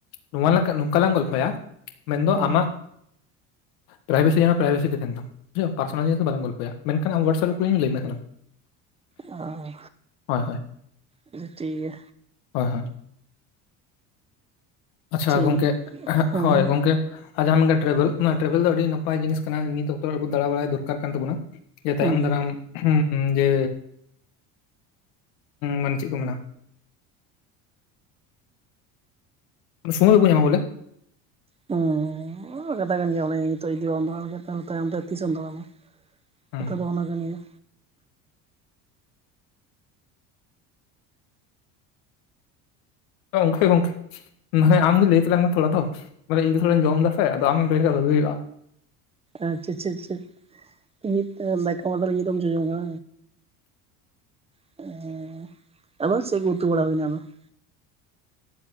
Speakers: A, on the left (about 80°); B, on the right (about 15°).
A: ᱱᱚᱣᱟ ᱞᱮᱠᱟ ᱱᱚᱝᱠᱟ ᱞᱟᱝ ᱜᱚᱞᱯᱷᱚᱭᱟ ᱢᱮᱱ ᱫᱚ
B: ᱚ ᱦᱮᱸ
A: ᱟᱢᱟᱜ ᱯᱨᱟᱭᱵᱷᱮᱥᱤ ᱡᱮᱱᱚ ᱯᱨᱟᱭᱵᱷᱮᱥᱤ ᱜᱮ ᱛᱟᱦᱮᱱ ᱛᱟᱢ᱾ ᱯᱟᱨᱥᱚᱱᱟᱞ ᱡᱤᱱᱤᱥ ᱫᱚ ᱵᱟᱞᱟᱝ ᱜᱚᱞᱯᱷᱚᱭᱟ ᱢᱮᱱᱠᱷᱟᱱ ᱟᱢ ᱳᱣᱟᱴᱥᱟᱯ ᱨᱮ ᱠᱩᱞᱤᱧ ᱢᱮ ᱞᱟᱹᱭ ᱟᱢᱟ ᱥᱟᱱᱟᱢ᱾
B: ᱟᱦ
A: ᱦᱳᱭ ᱦᱳᱭ
B: ᱟᱪᱪᱷᱟ ᱴᱷᱤᱠ ᱜᱮᱭᱟ᱾
A: ᱦᱳᱭ ᱦᱳᱭ ᱟᱪᱪᱷᱟ
B: ᱴᱷᱤᱠ
A: ᱜᱚᱝᱠᱮ
B: ᱦᱮᱸ
A: ᱦᱳᱭ ᱜᱚᱝᱠᱮ ᱡᱟᱦᱟᱱ ᱜᱮ ᱴᱨᱮᱵᱮᱞ ᱚᱱᱟ ᱴᱨᱮᱵᱮᱞ ᱫᱚ ᱟᱹᱰᱤ ᱱᱟᱯᱟᱭ ᱡᱤᱱᱤᱥ ᱠᱟᱱᱟ ᱱᱤᱛ ᱚᱠᱛᱚ ᱟᱵᱩ ᱫᱟᱲᱟ ᱵᱟᱲᱟᱭ ᱫᱚᱨᱠᱟᱨ ᱠᱟᱱ ᱛᱟᱵᱚᱱᱟ᱾ ᱡᱮ ᱛᱟᱭᱚᱢ
B: ᱦᱮᱸ
A: ᱫᱟᱨᱟᱢ ᱡᱮ ᱢᱟᱱᱮ ᱪᱮᱜ ᱠᱚ ᱢᱮᱱᱟ ᱥᱳᱢᱳᱭ ᱵᱟᱠᱚ ᱧᱟᱢ ᱵᱚᱞᱮ᱾
B: ᱦᱮᱸ ᱠᱟᱛᱷᱟ ᱠᱟᱱ ᱜᱮᱭᱟ ᱱᱮᱜᱮ ᱱᱤᱛᱚᱜ ᱡᱩᱫᱤ ᱦᱚ <unintelligible> ᱮᱛᱚᱢ ᱛᱟᱭᱚᱢ ᱛᱮ ᱛᱤᱥᱮᱢ ᱫᱟᱲᱟ᱾
A: ᱦᱮᱸ
B: ᱠᱟᱛᱷᱟ ᱫᱚ ᱚᱱᱟ ᱠᱟᱱ ᱜᱤᱭᱟ᱾
A: ᱜᱚᱝᱠᱮ ᱜᱚᱝᱠᱮ ᱢᱮᱱᱠᱦᱟᱡ ᱟᱢ ᱡᱩᱫᱤ ᱮᱠᱞᱟ ᱜᱤᱢ ᱛᱚᱲ ᱟᱛᱚ ᱵᱚᱞᱮ ᱛᱤᱥ ᱦᱤᱞᱤᱜ ᱤᱧ ᱡᱚᱢ ᱫᱟᱥᱮ ᱟᱫᱚ ᱟᱢ ᱞᱟᱹᱭ ᱞᱮᱠᱷᱟᱱ <unintelligible>
B: ᱟᱪᱪᱷᱟ ᱪᱮᱜ ᱪᱮᱜ ᱱᱤᱛ ᱢᱟᱛᱠᱚᱢ ᱢᱚᱫᱚᱞᱤ ᱠᱚᱢ ᱡᱚᱢᱟ <unintelligible>